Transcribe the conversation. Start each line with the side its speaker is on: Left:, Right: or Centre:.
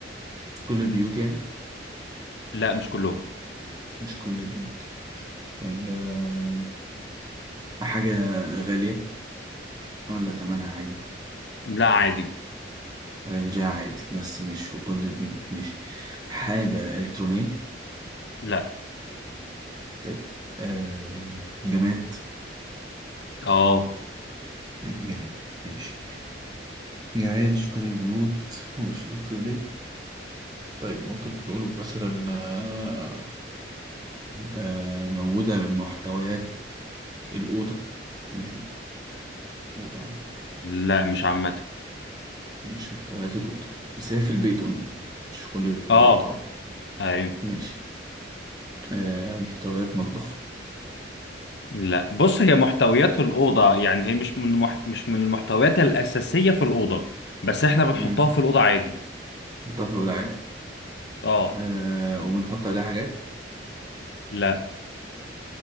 Right: كل البيوت يعني
Left: لا مش كلهم
Right: مش كل البيوت طيب آه، حاجة غالية ولا تمنها عادي
Left: لا عادي
Right: رينجها عادي بس مش في كل البيوت مش حاجة إلكترونية
Left: لا
Right: طيب آه، جماد
Left: اه
Right: جماد ماشي جماد مش كل البيوت ومش إلكترونية طيب ممكن نقوله مثلا آه، آه، موجودة من محتويات الأوضة مش أوضة
Left: لا مش عامة
Right: مش محتويات الأوضة بس هي في البيت قلنا مش في كل البيوت
Left: اه
Right: اه
Left: ايوه
Right: ماشي آه، محتويات مطبخ
Left: لا بص هي محتويات الأوضة يعني هي مش من مح... مش من المحتويات الأساسية في الأوضة بس احنا بنحطها
Right: مم.
Left: في الأوضة عادي
Right: نحطها في الوعاء
Left: اه
Right: آه، وبنحط عليها حاجات
Left: لا